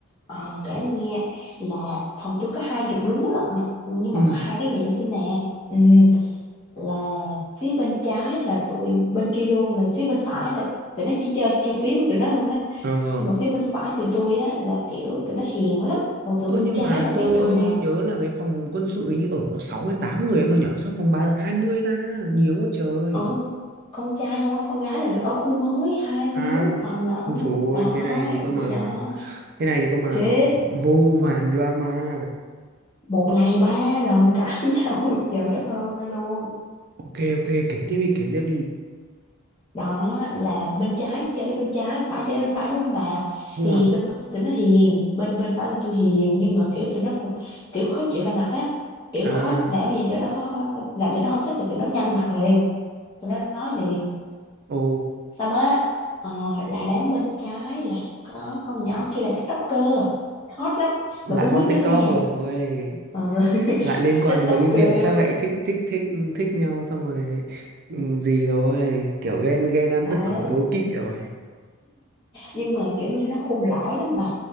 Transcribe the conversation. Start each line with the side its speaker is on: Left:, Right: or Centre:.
Left: ờ, kể nghe là phòng tôi có hai chục đứa lận nhưng
Right: ừ
Left: mà có hai cái nhà vệ sinh nè ừ, là phía bên trái là tụi bên kia luôn này phía bên phải là tụi nó chỉ chơi theo phía của tụi nó luôn á
Right: ờ
Left: nhưng mà phía bên phải tụi tôi á là kiểu tụi nó hiền lắm còn tụi
Right: Ơ
Left: bên
Right: nhưng
Left: trái
Right: mà
Left: là mấy
Right: tôi
Left: tụi mà
Right: nhớ là cái phòng quân sự ấy như ở có 6 đến 8 người em ơi nhở Sao phòng 3 tận 20 ta Nhiều quá trời
Left: ở con trai thôi con gái là được ở khu mới hai mươi
Right: À,
Left: đứa một phòng lận
Right: u rồi
Left: đó
Right: thế này thì cơ mà
Left: vậy đó
Right: thế này thì cơ mà
Left: chết
Right: vô vàn drama.
Left: một ngày ba lần cãi <laughs> nhau trời đất ơi luôn
Right: Ok ok kể tiếp đi kể tiếp đi.
Left: đó là bên trái chơi với bên trái bên phải chơi với bên phải đúng không bà
Right: Đúng
Left: thì
Right: rồi.
Left: bên phải tụi nó hiền bên bên phải thì tôi hiền nhưng mà kiểu tụi nó cũng kiểu khó chịu ra mặt á kiểu
Right: À,
Left: khó làm gì tụi nó khó làm tụi nó không thích là tụi nó nhăn mặt liền tụi nó nói liền
Right: ồ
Left: xong á ờ, là đám bên trái là có con nhỏ kia là tiktoker hot lắm
Right: lại
Left: mà tôi không
Right: hot
Left: biết
Right: TikTok
Left: nó nha
Right: rồi.
Left: ờ, <laughs>
Right: Lại liên quan đến
Left: tiktoker
Right: mấy cái việc chắc lại thích thích thích thích nhau xong rồi ừ, gì rồi, kiểu ghen ghen ăn
Left: đấy
Right: tức ở đố kỵ rồi.
Left: nhưng mà kiểu như nó khôn lõi lắm bà